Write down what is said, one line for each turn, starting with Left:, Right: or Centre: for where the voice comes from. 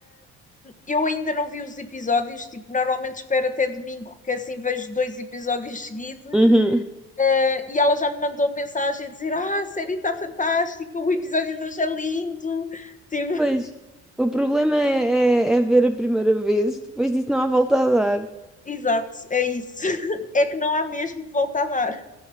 Left: eu ainda não vi os episódios, tipo, normalmente espero até domingo, que assim vejo dois episódios seguidos,
Centre: Uhum.
Left: eh, e ela já me mandou mensagem a dizer: Ah, a série está fantástica, o episódio de hoje é lindo. Tipo, <laughs>
Centre: Pois, o problema é, é, é ver a primeira vez, depois disso não há volta a dar.
Left: exato, é isso. <laughs> É que não há mesmo volta a dar.